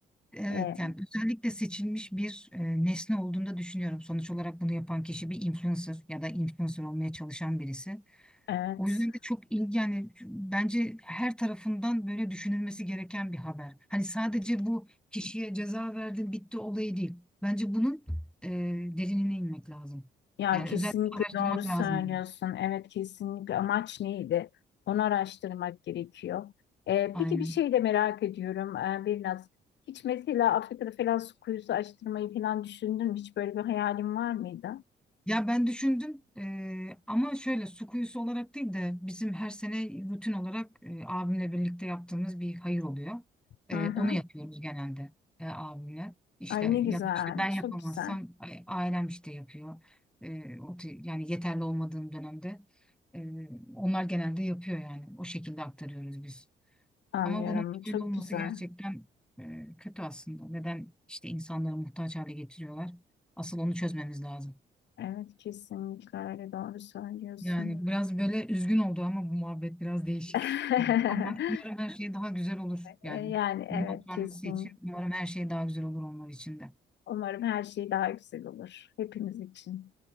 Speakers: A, in the centre; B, on the left.
A: Evet
B: E,
A: yani özellikle seçilmiş bir e, nesne olduğunu da düşünüyorum. Sonuç olarak bunu yapan kişi bir influencer ya da influencer olmaya çalışan birisi.
B: evet.
A: O yüzden de çok ilgi yani bence her tarafından böyle düşünülmesi gereken bir haber. Hani sadece bu kişiye ceza verdin bitti olayı değil. Bence bunun e, derinine inmek lazım.
B: Ya
A: Yani
B: kesinlikle
A: özellikle araştırmak
B: doğru söylüyorsun.
A: lazım.
B: Evet kesinlikle amaç neydi? Onu araştırmak gerekiyor. Ee,
A: Aynen.
B: peki bir şey de merak ediyorum ee, Birnaz. Hiç mesela Afrika'da falan su kuyusu açtırmayı falan düşündün mü? Hiç böyle bir hayalin var mıydı?
A: Ya ben düşündüm eee, ama şöyle su kuyusu olarak değil de bizim her sene rutin olarak eee, abimle birlikte yaptığımız bir hayır oluyor. Eee,
B: Hı hı.
A: onu yapıyoruz genelde eee, abimle. İşte
B: Ay ne
A: ya
B: güzel,
A: da işte ben
B: çok
A: yapamazsam
B: güzel.
A: a- ailem işte yapıyor. Eee, o tür- yani yeterli olmadığım dönemde eee, onlar genelde yapıyor yani. O şekilde aktarıyoruz biz.
B: Anlıyorum,
A: Ama bunun
B: çok
A: böyle olması
B: güzel.
A: gerçekten eee, kötü aslında. Neden işte insanları muhtaç hale getiriyorlar? Asıl onu çözmemiz lazım.
B: Evet kesinlikle öyle doğru söylüyorsun.
A: Yani biraz böyle üzgün oldu ama bu muhabbet biraz değişik.
B: <laughs>
A: Ama umarım her şey daha güzel olur yani.
B: Ee, Yani evet
A: Bundan sonrası
B: kesin.
A: için umarım her şey daha güzel olur onlar için de.
B: Umarım her şey daha güzel olur hepimiz için.